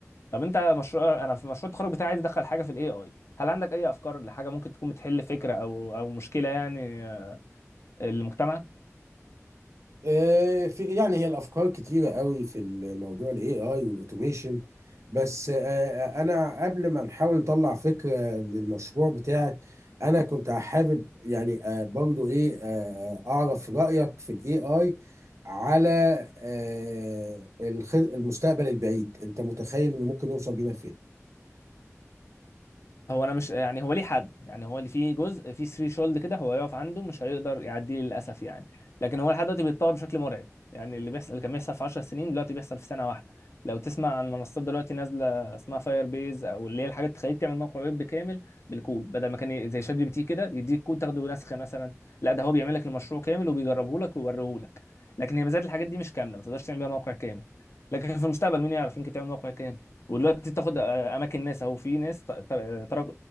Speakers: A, on the left; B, on the right.
A: طب انت مشروع انا في مشروع التخرج بتاعي عايز ادخل حاجه في الاي اي هل عندك اي افكار لحاجه ممكن تكون بتحل فكره او او مشكله يعني آه، المجتمع
B: آه، في يعني هي الافكار كتيره قوي في الموضوع الاي اي والاوتوميشن بس آه، آه، انا قبل ما نحاول نطلع فكره للمشروع بتاعك انا كنت حابب يعني آه، برضو ايه آه، آه، اعرف رايك في الاي اي على آه، الخ- المستقبل البعيد انت متخيل انه ممكن يوصل بينا فين
A: هو انا مش يعني هو ليه حد يعني هو اللي فيه جزء فيه ثري شولد كده هو يقف عنده مش هيقدر يعديه للاسف يعني لكن هو لحد دلوقتي بيتطور بشكل مرعب يعني اللي بيحصل اللي كان بيحصل في 10 سنين دلوقتي بيحصل في سنه واحده لو تسمع عن منصات دلوقتي نازله اسمها فاير بيز او اللي هي الحاجات اللي تخليك تعمل موقع ويب كامل بالكود بدل ما كان ي- زي شات جي بي تي كده يديك كود تاخده نسخه مثلا لا ده هو بيعمل لك المشروع كامل وبيجربه لك ويوريه لك لكن هي مزايا الحاجات دي مش كامله ما تقدرش تعمل بيها موقع كامل لكن في المستقبل مين يعرف يمكن تعمل موقع كامل ودلوقتي تاخد اماكن ناس اهو في ناس ت- ت- ترك